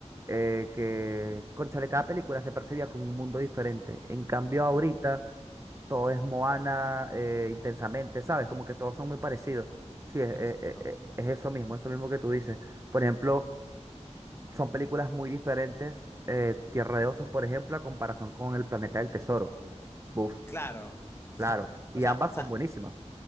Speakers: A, on the right (about 25°); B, on the left (about 20°).
A: eh, que, cónchale, cada película se percibía como un mundo diferente. En cambio, ahorita todo es Moana, eh, intensamente, ¿sabes? Como que todos son muy parecidos. Sí, es,
B: Exacto.
A: es es- es eso mismo, eso mismo que tú dices. Por ejemplo. Son películas muy diferentes. eh, Tierra de Osos, por ejemplo, a comparación con El Planeta del Tesoro. Buf,
B: Claro.
A: claro.
B: <laughs>
A: Y
B: O sea,
A: ambas
B: sa-
A: son buenísimas.